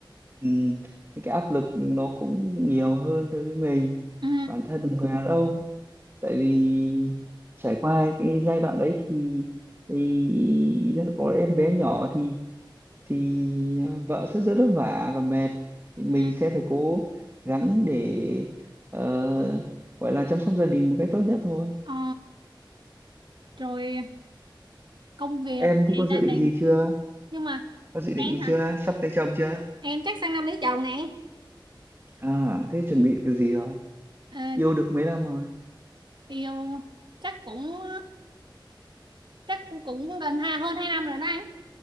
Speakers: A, on the right (about 30°); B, on the right (about 65°).
A: ừm, cái áp lực nó cũng nhiều hơn đối với mình
B: Ừ,
A: bản thân một người đàn ông tại vì trải qua cái giai đoạn đấy thì, thì có em bé nhỏ thì thì ờ, vợ sẽ rất vất vả và mệt thì mình
B: ừ.
A: sẽ phải cố gắng để ờ, gọi là chăm sóc gia đình một cách tốt nhất thôi
B: Ờ, rồi công việc
A: em thì
B: ngày
A: có dự
B: gia đình.
A: định gì chưa
B: Nhưng mà
A: có dự định
B: em
A: gì
B: hả?
A: chưa sắp lấy chồng chưa
B: Em chắc sang năm lấy chồng nè.
A: à thế chuẩn bị điều gì rồi
B: Ờ,
A: yêu được mấy năm rồi
B: yêu chắc cũng chắc cũng cũng gần hai hơn hai năm rồi đó anh.